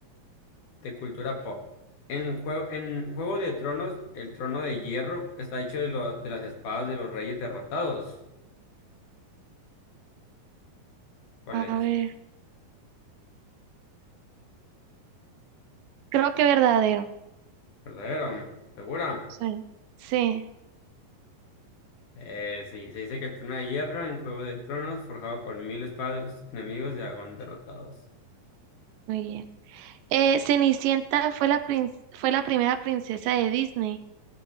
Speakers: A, on the left; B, on the right.
A: de cultura pop. En, jue- en Juego de Tronos, el trono de hierro está hecho de, lo- de las espadas de los reyes derrotados. ¿Cuál
B: a
A: es?
B: ver, creo que verdadero.
A: Verdadero, segura.
B: Sí. Sí,
A: Eh, sí, se dice que el trono de hierro en Juego de Tronos, forjado con mil espadas de los enemigos de Agón derrotados.
B: muy bien. Eh, Cenicienta fue la prin- fue la primera princesa de Disney.